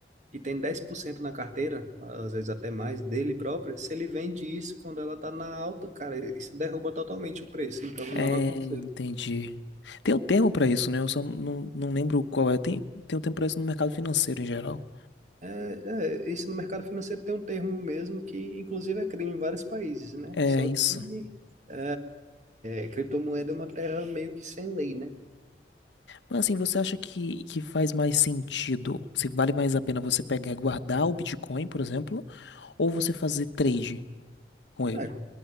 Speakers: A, on the right; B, on the left.
A: e tem 10% na carteira, às vezes até mais, dele próprio. Se ele vende isso quando ela tá na alta, cara, isso derruba totalmente o preço. Então,
B: É,
A: não aconselho.
B: entendi. Tem um termo pra isso, né? Eu só não, não lembro qual é. Tem, tem um termo pra isso no mercado financeiro em geral.
A: É, é, isso no mercado financeiro tem um termo mesmo que, inclusive, é crime em vários países, né?
B: É
A: Só
B: isso.
A: que é, é, é, criptomoeda é uma terra meio que sem lei, né?
B: Mas assim, você acha que, que faz mais sentido? Se vale mais a pena você pegar e guardar o Bitcoin, por exemplo, ou você fazer trade com ele?
A: É,